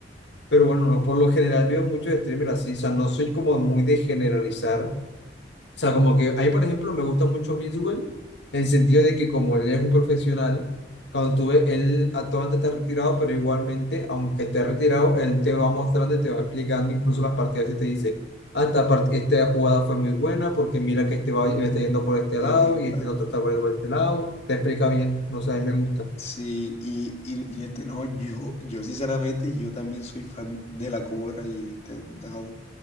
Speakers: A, on the left; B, on the left.
A: Pero bueno, no, por lo general veo muchos streamers así, o sea, no soy como muy de generalizar, o sea, como que ahí, por ejemplo, me gusta mucho Mixwell, en el sentido de que como él es un profesional, cuando tú ves, él actualmente está retirado, pero igualmente, aunque esté retirado, él te va mostrando y te va explicando incluso las partidas y te dice, ah, esta, part- esta jugada fue muy buena porque mira que este va me está yendo por este lado
B: Epa.
A: y este otro está por por este lado, te explica bien, no sé, a mí me gusta.
B: Sí, y, y, y este no, yo, yo sinceramente, yo también soy fan de la cobra y este Dao.